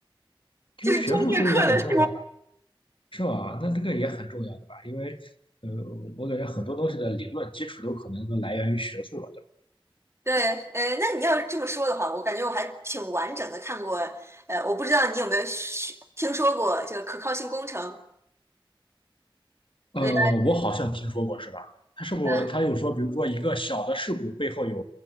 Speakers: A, on the left (about 70°); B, on the right (about 30°).
A: 其实学术书也很重要吧，
B: 就是专业课的书？
A: 是吧？那这个也很重要的吧，因为，呃，我感觉很多东西的理论基础都可能都来源于学术吧。
B: <laughs> 对，呃，那你要这么说的话，我感觉我还挺完整的看过。呃，我不知道你有没有学听说过这个可靠性工程？
A: 呃，
B: 对
A: 我好像听说过，是吧？他是不，
B: 嗯，
A: 他有说，比如说一个小的事故背后有，